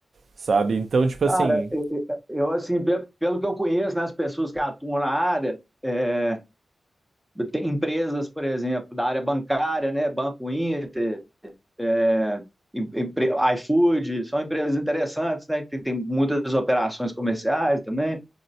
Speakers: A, on the right; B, in the centre.
A: sabe? Então, tipo
B: Cara,
A: assim.
B: eu, eu- eu, assim, pe- pelo que eu conheço, né, as pessoas que atuam na área, é, tem empresas, por exemplo, da área bancária, né? Banco Inter, é, empre, iFood, são empresas interessantes, né? Que tem, tem muitas operações comerciais também.